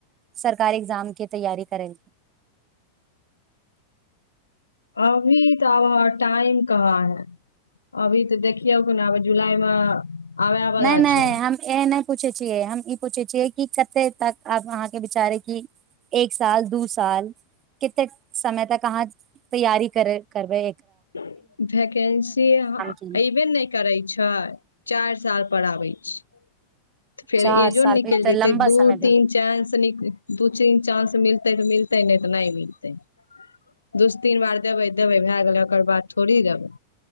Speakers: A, on the right; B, on the left.
A: सरकारी एग्जाम के तैयारी करै
B: अभी तऽ अब ह टाइम कहाँ है अभी तऽ देखियौ ने अ जुलाई मे आबे वाला
A: नइ नइ
B: छै
A: हम ए नइ पूछे छियै हम ई पूछे छियै कि कते तकब अहाँ के विचारे क एक साल दू साल कते समय तक अहाँ तैयारी कर करबे
B: भैकेंसी अयबे
A: की
B: ने नहि करै छै चारि साल पर आबै छै तऽ फेर
A: चार
B: एजो
A: साल
B: ने निकलि
A: पे तऽ
B: जेते
A: लम्बा
B: दू
A: समय भए
B: तीन
A: गेल
B: चांस न दू तीन चांस मिलते तऽ मिलते तै नहि तऽ नहि मिलतै दूस तीन बार देबै देबै भए गेलै ओकर बाद थोड़ी देबै